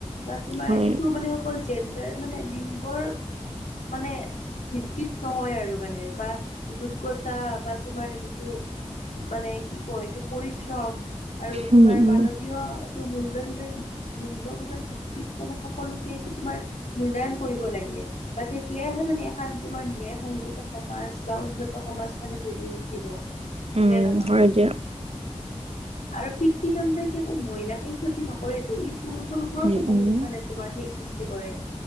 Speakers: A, on the left (about 85°); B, on the right (about 60°).
A: বা তোমাৰ
B: হয়
A: এইটো মানে অকল জেণ্ডাৰ মানে লিংগৰ মানে ভিত্তিত নহয় আৰু মানে বা যোগ্যতা বা তোমাৰ যিটো মানে কি কয় এইটো পৰিশ্ৰম আৰু তোমাৰ
B: উম উম
A: মানৱীয়টো মূল্যবিধৰ ভিওি মূল্যয়বোধৰ ভিওি মানে সকলোকে এইটো তোমাৰ মূলায়ন কৰিব লাগে বা তেতিয়াহে মানে এখন তোমাৰ ন্যায় সংগত সমাজ বা উন্নত সমাজ মানে গঢ়ি উঠিব হয়
B: উম
A: নে, হয়।
B: দিয়া
A: আৰু পিতৃদন্তই কেৱল মহিলাকেই ক্ষতি নকৰেতটো ই পুৰুষৰ ওপৰতো
B: উম
A: বহুত
B: উম
A: মানে তোমাৰ সেই সৃষ্টি কৰে